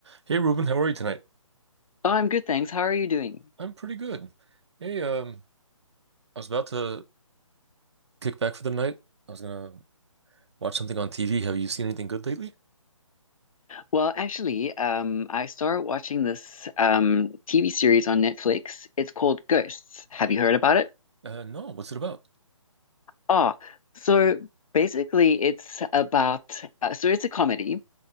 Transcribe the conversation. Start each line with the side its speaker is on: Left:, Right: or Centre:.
Right: Hey Ruben, how are you tonight?
Left: Oh, I'm good, thanks. How are you doing?
Right: I'm pretty good. Hey, um, I was about to kick back for the night. I was gonna watch something on TV. Have you seen anything good lately?
Left: Well, actually, um, I started watching this um TV series on Netflix. It's called Ghosts. Have you heard about it?
Right: Uh, no. What's it about?
Left: Ah, so basically, it's about uh, so it's a comedy,